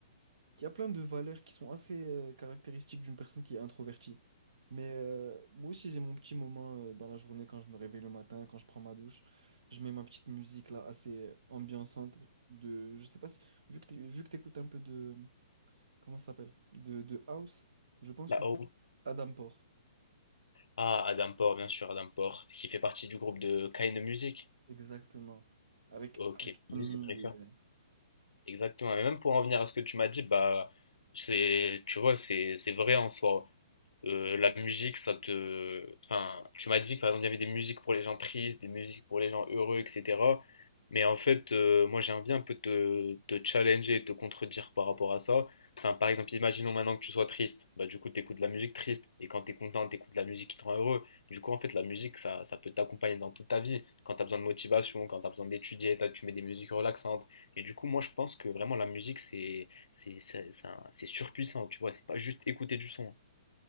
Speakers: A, on the right; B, on the left.
A: il y a plein de valeurs qui sont assez euh, caractéristiques d'une personne qui est introvertie. Mais euh, moi aussi, j'ai mon petit moment euh, dans la journée quand je me réveille le matin, quand je prends ma douche. Je mets ma petite musique là, assez euh, ambiançante. De, je sais pas si, vu que tu vu que t'écoutes un peu de, comment ça s'appelle? De, de house, je pense
B: La
A: que
B: Hope.
A: tu... Adam Port.
B: Ah, Adam Port, bien sûr, Adam Port, qui fait partie du groupe de Kind Music.
A: Exactement. Avec,
B: Ok,
A: avec
B: lui,
A: Enemy,
B: c'est très
A: euh,
B: Exactement. Et même pour en venir à ce que tu m'as dit, bah, c'est, tu vois, c'est, c'est vrai en soi. Euh, la musique, ça te... Enfin, tu m'as dit que par exemple, il y avait des musiques pour les gens tristes, des musiques pour les gens heureux, etc. Mais en fait, euh, moi, j'ai envie un peu de te, te challenger et te contredire par rapport à ça. Enfin, par exemple, imaginons maintenant que tu sois triste. Bah, du coup, tu écoutes de la musique triste. Et quand tu es content, tu écoutes de la musique qui te rend heureux. Du coup, en fait, la musique, ça, ça peut t'accompagner dans toute ta vie. Quand tu as besoin de motivation, quand tu as besoin d'étudier, t'as- tu mets des musiques relaxantes. Et du coup, moi, je pense que vraiment, la musique, c'est c'est- c'est- c'est un- c'est surpuissant. Tu vois, c'est pas juste écouter du son.